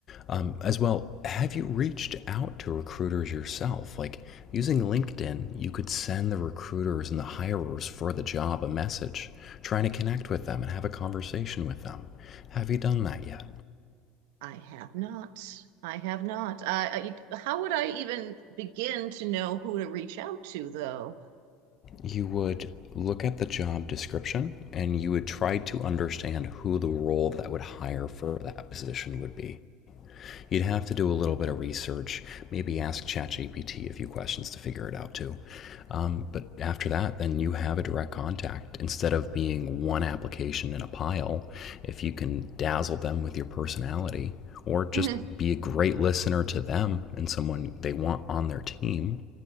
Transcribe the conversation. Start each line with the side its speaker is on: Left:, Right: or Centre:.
Left: Um, as well, have you reached out to recruiters yourself? Like using LinkedIn, you could send the recruiters and the hirers for the job a message, trying to connect with them and have a conversation with them. Have you done that yet?
Right: have not. I have not. I, I, how would I even begin to know who to reach out to, though? <laughs>
Left: you would look at the job description and you would try to understand who the role that would hire for that position would be. You'd have to do a little bit of research, maybe ask ChatGPT a few questions to figure it out too. Um, but after that, then you have a direct contact. Instead of being one application in a pile, if you can dazzle them with your personality or just
Right: Mm-hmm.
Left: be a great listener to them and someone they want on their team,